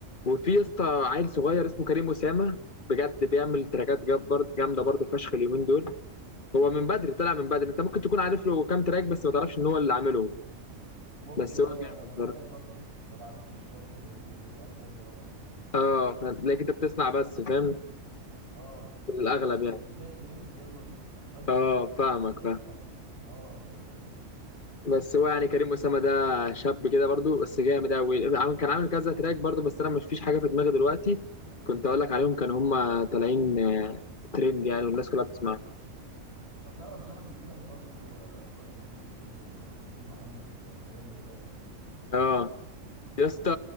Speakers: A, on the left; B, on the right.
A: وفي يا اسطى عيل صغير اسمه كريم اسامه بجد بيعمل تراكات جاب- برضه- جامده برضه فشخ اليومين دول هو من بدري طلع من بدري انت ممكن تكون عارف له كام تراك بس ما تعرفش ان هو اللي عاملهم
B: ممكن
A: بس هو
B: اه
A: جامد
B: انا خلي
A: برضه
B: بالك برضه ايه ما بعتمدش برضه فهمني تلاقيني اسامي قوي يعني
A: اه ف- لكن انت بتسمع بس فاهم
B: اه
A: في
B: انت
A: الاغلب
B: فاهم يعني
A: يعني
B: الاغنيه الترند يلا بينا ودي
A: اه فاهمك
B: بحبها
A: فاهم
B: اه فاهم
A: بس هو يعني كريم أسامة ده شاب كده برضو بس جامد قوي عامل- كان عامل كذا تراك برضو بس انا مش فيش حاجه في دماغي دلوقتي كنت اقول لك عليهم كانوا هم طالعين آه، ترند يعني والناس كلها بتسمعهم
B: طب تعرف يا صاحبي في واحد برضه آه، طالع جديد اسمه جميل محمد آه، بيعمل راب
A: اه يا اسطى